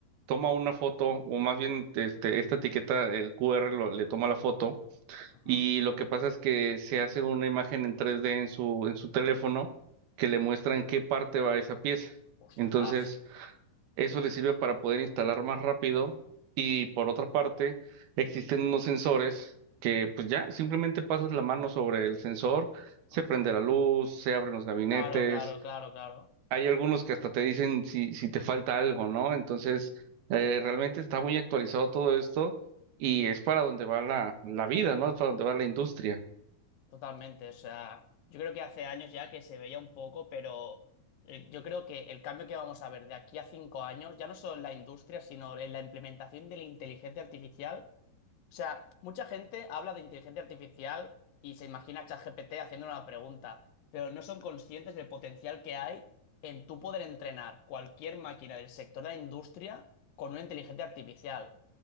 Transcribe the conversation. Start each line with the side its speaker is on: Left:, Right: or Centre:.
Right: toma una foto, o más bien este, esta etiqueta, el QR lo- le toma la foto,
Left: ajá,
Right: y lo que pasa es que se hace una imagen en 3D en su, en su teléfono que le muestra en qué parte va esa pieza.
Left: ostras,
Right: Entonces, eso le sirve para poder instalar más rápido y por otra parte existen unos sensores que pues ya simplemente pasas la mano sobre el sensor, se
Left: ajá.
Right: prende la luz, se abren los gabinetes,
Left: Claro, claro, claro, claro.
Right: hay algunos que hasta te dicen si, si te falta algo, ¿no? Entonces eh, realmente está muy actualizado todo esto y es para donde va la, la vida, ¿no? Es para donde va la industria.
Left: Totalmente, o sea, yo creo que hace años ya que se veía un poco, pero eh, yo creo que el cambio que vamos a ver de aquí a cinco años, ya no solo en la industria, sino en la implementación de la inteligencia artificial O sea, mucha gente habla de inteligencia artificial y se imagina a ChatGPT haciendo una pregunta, pero no son conscientes del potencial que hay en tú poder entrenar cualquier máquina del sector de la industria con una inteligencia artificial.